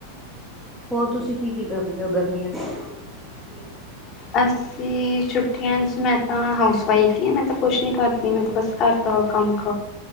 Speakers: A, in the centre; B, on the left (about 30°).
A: ਹੋਰ ਤੁਸੀਂ ਕੀ-ਕੀ ਕਰਦੇ ਓ ਗਰਮੀਆਂ ਚ ਛੁੱਟੀਆਂ ਚ?
B: <unintelligible> ਵੀ, ਛੁੱਟੀਆਂ ਚ ਮੈਂ ਤਾਂ ਹਾਊਸ ਵਾਈਫ ਈ ਆਂ, ਮੈਂ ਤਾਂ ਕੁੱਛ ਨੀ ਕਰਦੀ ਮੈਂ ਤਾਂ ਬਸ ਘੱਰ ਦਾ ਕੰਮ